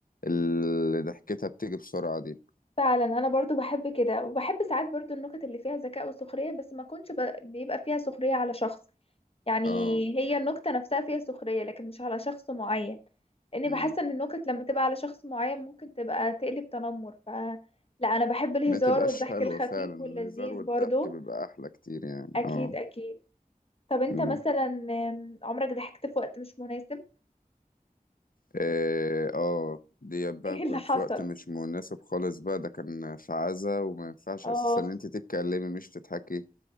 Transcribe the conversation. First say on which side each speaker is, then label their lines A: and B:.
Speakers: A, on the left (about 70°); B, on the left (about 40°).
A: اللي ضحكتها بتيجي بسرعة دي
B: فعلا انا برضو بحب كده وبحب ساعات برضو النكت اللي فيها ذكاء وسخرية بس ما كنتش ب... بيبقى فيها سخرية على شخص يعني
A: اه
B: هي النكتة نفسها فيها سخرية لكن مش على شخص معين لأني
A: امم
B: بحس إن النكت لما تبقى على شخص معين ممكن تبقى تقلب تنمر ف لا أنا بحب الهزار
A: ما تبقاش
B: والضحك
A: حلوة
B: الخفيف
A: فعلا الهزار
B: واللذيذ
A: والضحك
B: برضو
A: بيبقى أحلى كتير يعني
B: أكيد
A: اه
B: أكيد طب أنت
A: امم
B: مثلا آم، عمرك ضحكت في وقت مش مناسب؟
A: إيه، اه دي
B: <laughs>
A: بقى
B: إيه
A: كان
B: اللي حصل؟
A: في وقت مش مناسب خالص بقى ده كان في عزا وما ينفعش
B: اه
A: أساسا إن أنت تتكلمي مش تضحكي